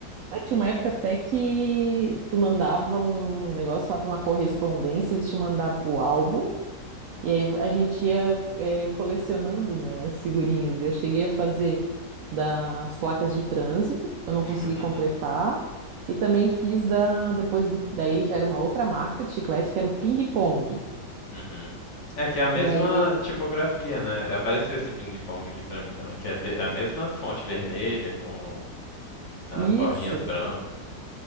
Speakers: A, on the right (about 75°); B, on the left (about 50°).
A: Ah, tinha uma época até que tu mandava um negócio lá para uma correspondência, eles te mandavam o álbum, E aí a gente ia eh, colecionando, né, as figurinhas. Eu cheguei a fazer das placas de trânsito, eu não
B: <laughs>
A: consegui completar. E também fiz da, depois do, daí já era uma outra marca de chiclete, que era o Ping Pong.
B: uhum. É que é a mesma
A: E aí, esse-
B: tipografia, né? Apareceu esse ping-pong aqui pra mim também, que é ve- é a mesma fonte vermelha com as
A: isso.
B: bordinhas brancas.